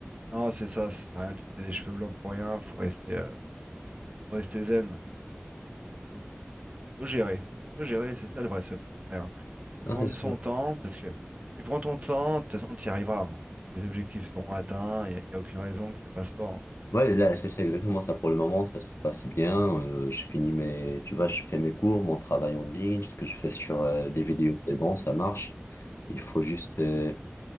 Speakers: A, on the right; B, on the left.
A: Non, c'est ça, ça sert à rien, tu te fais des cheveux blancs pour rien. Faut rester, euh, faut rester zen. C'est tout. Faut, faut gérer. Il faut gérer, c'est ça le vrai secret. hein. Faut
B: Non,
A: prendre
B: c'est sûr.
A: son temps, parce que tu prends ton temps, de toute façon, tu y arriveras. hein. Les objectifs seront atteints, il n'y a, aucune raison que ça passe pas. hein.
B: Ouais, là, c'est c'est exactement ça pour le moment, ça se passe bien. euh, je finis mes, tu vois, je fais mes cours, mon travail en ligne, ce que je fais sur euh, les vidéos, c'est bon, ça marche. Il faut juste euh,